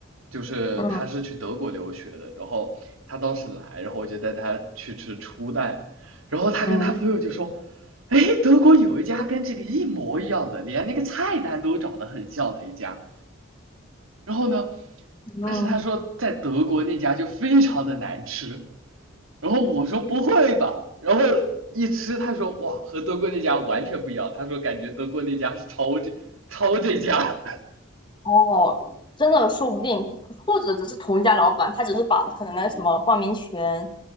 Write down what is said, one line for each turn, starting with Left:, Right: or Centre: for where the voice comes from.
Right: 就是他是去德国留学的，
Left: 嗯
Right: 然后他当时来，然后我就带他去吃初代，然后他跟他朋友就说，
Left: 嗯
Right: 哎，德国有一家跟这个一模一样的，连那个菜单都长得很像的一家，然后呢，
Left: 嗯，
Right: 但是他说在德国那家就非常的难吃，然后我说不会吧，然后一吃他说哇和德国那家完全不一样，他说感觉德国那家是抄这抄这家，
Left: 哦，真的说不定，或者只是同一家老板，他只是把可能那什么冠名权